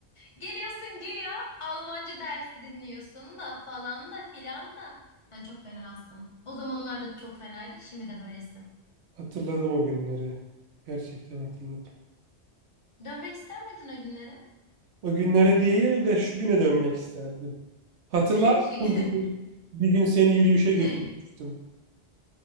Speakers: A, on the left; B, on the right.
A: Geliyorsun güya Almanca dersi dinliyorsun da falan da filan da. Sen çok fenasın. O zamanlarda çok fenaydı. Şimdi de böylesin.
B: hatırladım o günleri. Gerçekten hatırladım.
A: Dönmek ister miydin o günlere?
B: O günlere değil de şu güne dönmek isterdim. Hatırlar
A: <laughs> Şu
B: mısın
A: güne.
B: bir gün, bir gün seni yürüyüşe
A: Ne?
B: götürmüştüm.